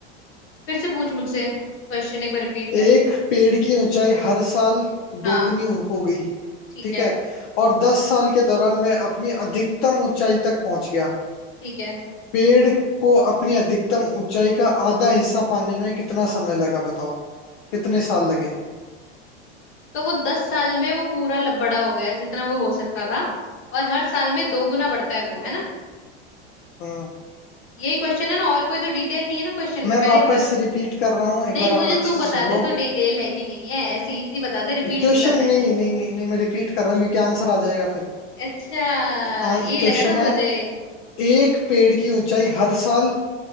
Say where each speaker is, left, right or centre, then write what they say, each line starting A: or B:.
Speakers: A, on the left; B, on the left.
A: फिर से पूछ मुझसे क्वेश्चन एक बार रिपीट
B: एक
A: कर
B: पेड़ की ऊंचाई हर साल
A: हाँ
B: दोगुनी हो हो गई
A: ठीक
B: ठीक
A: है
B: है और दस साल के दौरान वह अपनी अधिकतम ऊंचाई तक पहुंच गया
A: ठीक है
B: पेड़ को अपनी अधिकतम ऊंचाई का आधा हिस्सा पाने में कितना समय लगा बताओ कितने साल लगे
A: तो वो दस साल में वो पूरा ल- बड़ा हो गया जितना वो हो सकता था और हर साल में दो गुना बढ़ता है वो है ना
B: हम्म
A: यही क्वेश्चन है ना और कोई तो डिटेल नहीं है ना क्वेश्चन में
B: मैं
A: पहले
B: वापस
A: ही बता दे
B: रिपीट कर रहा हूँ एक
A: नहीं
B: बार
A: मुझे
B: आप अच्छे
A: तू
B: से
A: बता
B: सुन
A: दे
B: लो
A: तो डिटेल है कि नहीं है ऐसे इजी बता दे रिपीट
B: क्वेश्चन
A: क्यों करना
B: नहीं
A: है
B: नहीं नहीं, नहीं मैं रिपीट कर रहा हूँ क्योंकि आंसर आ जाएगा फिर
A: अच्छा
B: क्वेश्चन
A: यही लगा था मुझे
B: है एक पेड़ की ऊंचाई हर साल